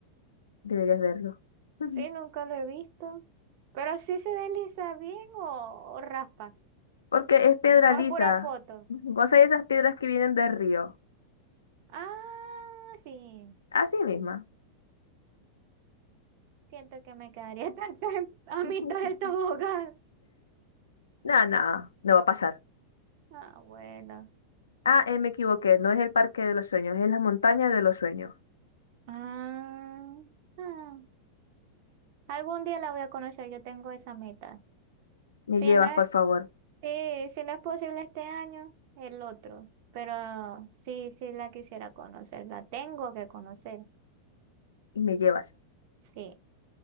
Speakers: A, on the left; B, on the right.
A: Deberías verlo. Ujú.
B: Sí, nunca lo he visto. Pero sí se desliza bien o, o raspa.
A: Porque es piedra
B: O
A: lisa.
B: es pura foto.
A: Ujú. O sea, esas piedras que vienen del río.
B: Ah, sí.
A: Así misma.
B: Siento que me quedaría <laughs> tan tan a
A: <laughs>
B: mitad del tobogán.
A: No, no, no va a pasar.
B: Ah, bueno.
A: Ah, eh, me equivoqué, no es el parque de los sueños, es la montaña de los sueños.
B: Ah, ah. Algún día la voy a conocer, yo tengo esa meta.
A: Me
B: Si
A: llevas,
B: no es,
A: por favor,
B: sí, si no es posible este año, el otro. Pero sí, sí la quisiera conocer, la tengo que conocer.
A: y me llevas.
B: Sí,